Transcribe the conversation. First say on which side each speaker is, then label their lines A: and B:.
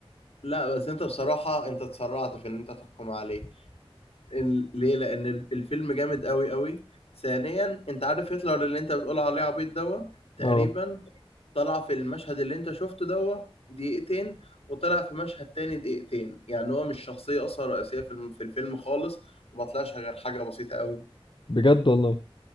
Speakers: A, on the left; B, on the left.
A: لا بس انت بصراحة انت اتسرعت في ان انت تحكم عليه ال- ليه لان ال- الفيلم جامد قوي قوي ثانيا انت عارف هتلر اللي انت بتقول عليه عبيط دوا تقريبا
B: اه
A: طلع في المشهد اللي انت شفته دوا دقيقتين وطلع في مشهد تاني دقيقتين يعني هو مش شخصية اصلا رئيسية في الم- في الفيلم خالص وما طلعش غير حاجة بسيطة قوي
B: بجد والله